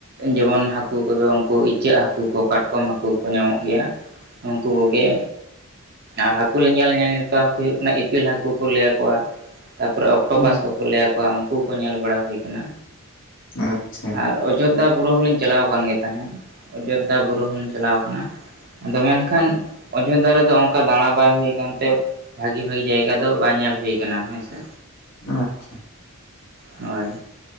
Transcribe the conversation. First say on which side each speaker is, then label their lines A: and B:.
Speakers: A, on the right (about 45°); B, on the left (about 60°).
A: ᱡᱮᱢᱚᱱ ᱦᱟᱹᱠᱩ ᱠᱚᱫᱚ ᱩᱱᱠᱩ ᱤᱪᱟᱹᱜ ᱦᱟᱹᱠᱩ ᱠᱚ ᱠᱟᱴᱠᱚᱢ ᱦᱟᱹᱠᱩ ᱠᱚ ᱧᱟᱢᱚᱜ ᱜᱮᱭᱟ ᱩᱱᱠᱩ ᱠᱚ ᱜᱮ ᱟᱨ ᱦᱟᱹᱠᱩ ᱞᱮ ᱧᱮᱞ ᱧᱮᱞ ᱛᱮ ᱦᱟᱹᱠᱩᱭᱚᱜ ᱠᱟᱱᱟ ᱤᱯᱤᱞ ᱦᱟᱹᱠᱩ ᱠᱚ ᱞᱟᱹᱭ ᱠᱚᱣᱟ ᱛᱟᱯᱚᱨᱮ ᱚᱠᱴᱳᱯᱟᱥ
B: ᱦᱩᱸ
A: ᱞᱟᱹᱭ ᱟᱠᱚᱣᱟ ᱩᱱᱠᱩ ᱦᱚᱸ ᱠᱚ ᱧᱮᱞ ᱵᱟᱲᱟ ᱦᱩᱭ ᱟᱠᱟᱱᱟ
B: ᱟᱪᱪᱷᱟ
A: ᱟᱨ ᱚᱡᱳᱫᱽᱫᱷᱟ ᱵᱩᱨᱩ ᱦᱚᱞᱤᱧ ᱪᱟᱞᱟᱣ ᱟᱠᱟᱱ ᱜᱮ ᱛᱟᱦᱮᱸᱫ ᱚᱡᱳᱫᱽᱫᱷᱟ ᱵᱩᱨᱩ ᱦᱚᱞᱤᱧ ᱪᱟᱞᱟᱣ ᱟᱠᱟᱱᱟ᱾ ᱟᱫᱚ ᱢᱮᱱᱠᱷᱟᱱ ᱚᱡᱳᱫᱽᱫᱷᱟ ᱨᱮᱫᱚ ᱚᱱᱠᱟ ᱫᱟᱸᱲᱟ ᱵᱟᱭ ᱦᱩᱭ ᱟᱠᱟᱱ ᱛᱮ ᱵᱷᱟᱹᱜᱤ ᱵᱷᱟᱹᱜᱤ ᱡᱟᱭᱜᱟ ᱫᱚ ᱵᱟᱝ ᱧᱮᱞ ᱦᱩᱭ ᱟᱠᱟᱱᱟ ᱦᱮᱸᱥᱮ
B: ᱟᱪᱪᱷᱟ
A: ᱦᱳᱭ